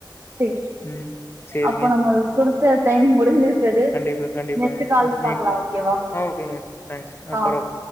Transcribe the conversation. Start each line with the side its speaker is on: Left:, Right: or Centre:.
Right: செரி
Left: ம் சேரிங்க
Right: அப்ப நம்ம குடுத்த டைம் முடிஞ்சி சது
Left: கண்டிப்பா கண்டிப்பாங்க
Right: நெக்ஸ்டு கால்
Left: மீன்
Right: பாக்லா ஓகே வா
Left: ஆ ஓகேங்க தேங்க்ஸ்
Right: ஆ
Left: பரவால்ல